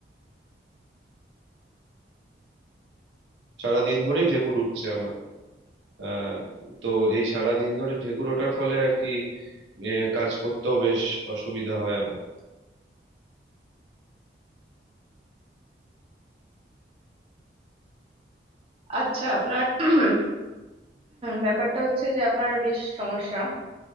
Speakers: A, on the right (about 80°); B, on the right (about 30°).
A: সারাদিন ধরেই ঢেকুর উঠছে আমার আহ তো এই সারাদিন ধরে ঢেকুর ওঠার ফলে আর কি এ, কাজ করতেও বেশ অসুবিধা হয় আমার
B: আচ্ছা আপনার <clears throat> ব্যাপারটা হচ্ছে যে আপনার বেশ সমস্যা